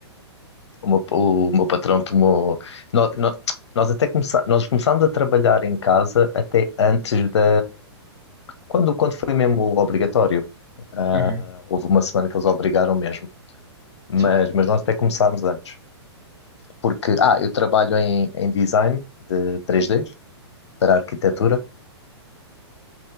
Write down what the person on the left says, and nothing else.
o, meu, o meu patrão tomou. nó- nó- Nós, até começa, nós começámos a trabalhar em casa até antes da. Quando, quando foi mesmo obrigatório? Ah,
houve uma semana que eles obrigaram mesmo. Mas,
mas nós até começámos antes. Porque, ah, eu trabalho em, em design de três d para arquitetura.